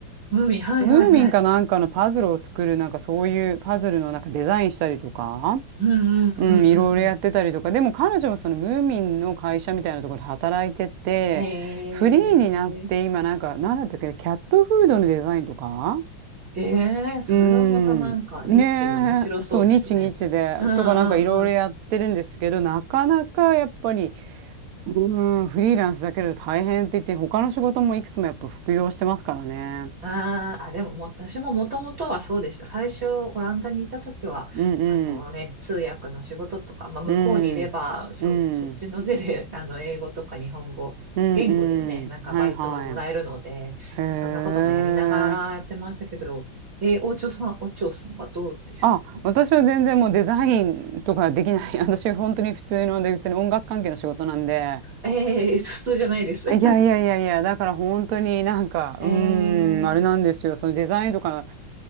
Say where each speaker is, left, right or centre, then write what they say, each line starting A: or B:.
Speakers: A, on the right; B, on the right.
A: 海、はいはいはい。
B: ムーミンかなんかのパズルを作る、なんかそういうパズルのなんかデザインしたりとか、
A: うんうんう
B: うん、いろいろやってたりとか、
A: んうん
B: でも彼女もそのムーミンの会社みたいなところで働いてて、
A: うん。へえ。
B: フリーになって今なんか、なんだったっけ、キャットフードのデザインとか
A: ええ、それはまたなんかニッチで面白そうですね。
B: うーん。ねえ、そう、日日で、
A: うんうんうん。
B: とかなんかいろいろやってるんですけど、なかなかやっぱり、うーん、フリーランスだけど大変って言って、他の仕事もいくつもやっぱ副業してますからね。
A: あーあ、でももう私ももともとはそうでした。最初、オランダにいた時は、
B: うんうん、
A: あのね、通訳の仕事とか、まあ、向こうにいれば、
B: うん、
A: そ、
B: うん、
A: そっちのゼレ、<laughs> あの、英語とか日本語、
B: うん、
A: 言語でね、
B: うん、
A: なんかバイトはもらえるので、
B: はいはい。へえ。
A: そんなこともやりながらやってましたけど、えー、お嬢さん、お嬢さんはどうですか
B: あ、私は全然もうデザインとかできない。<laughs> 私本当に普通ので、別に音楽関係の仕事なんで、
A: ええ普通じゃないです。
B: いやいやいやいや、
A: <laughs>
B: だから本当になんか、
A: えええ
B: うーん、あれなんですよ。そのデザインとか、